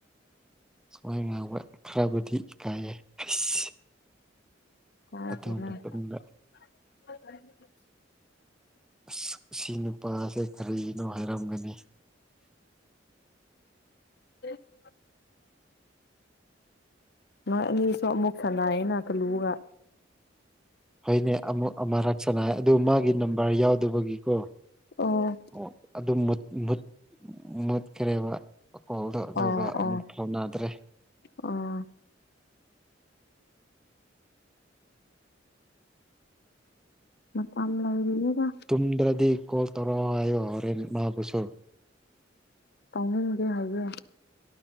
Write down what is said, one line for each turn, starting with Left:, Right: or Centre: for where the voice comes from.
Centre: ꯁꯨꯃꯥꯏ ꯉꯥꯡꯕ ꯈꯔꯕꯨꯗꯤ ꯀꯥꯏꯑꯦ ꯑꯁ
Left: <unintelligible>
Centre: ꯑꯗꯨ ꯃꯇꯝꯗ ꯑꯁ ꯁꯤ ꯅꯨꯄꯥꯁꯦ ꯀꯔꯤꯅꯣ ꯍꯥꯏꯔꯝꯒꯅꯤ
Left: <unintelligible> ꯅꯣꯏ ꯑꯅꯤꯁꯨ ꯑꯃꯨꯛ ꯁꯥꯟꯅꯩꯑꯦꯅ ꯀꯜꯂꯨꯒ
Centre: ꯍꯣꯏꯅꯦ ꯑꯃꯨꯛ ꯑꯃꯔꯛ ꯁꯅꯩ ꯑꯗꯨ ꯃꯥꯒꯤ ꯅꯝꯕꯔ ꯌꯥꯎꯗꯕꯒꯤꯀꯣ
Left: ꯑꯣ
Centre: ꯑꯣ ꯑꯗꯨ ꯃꯨꯠ ꯃꯨꯠ ꯃꯨꯠꯈ꯭ꯔꯦꯕ ꯀꯣꯜꯗꯣ ꯑꯗꯨꯒ
Left: ꯑꯣ
Centre: ꯑꯃꯨꯛ
Left: ꯑꯣ
Centre: ꯐꯥꯎꯅꯗ꯭ꯔꯦ
Left: ꯑꯣ ꯃꯇꯝ ꯂꯩꯔꯤꯗ
Centre: ꯇꯨꯝꯗ꯭ꯔꯗꯤ ꯀꯣꯜ ꯇꯧꯔꯑꯣ ꯍꯥꯏꯣ ꯍꯣꯔꯦꯟ ꯃꯥꯕꯨꯁꯨ
Left: ꯇꯧꯅꯤꯡꯗꯦ ꯍꯥꯏꯌꯦ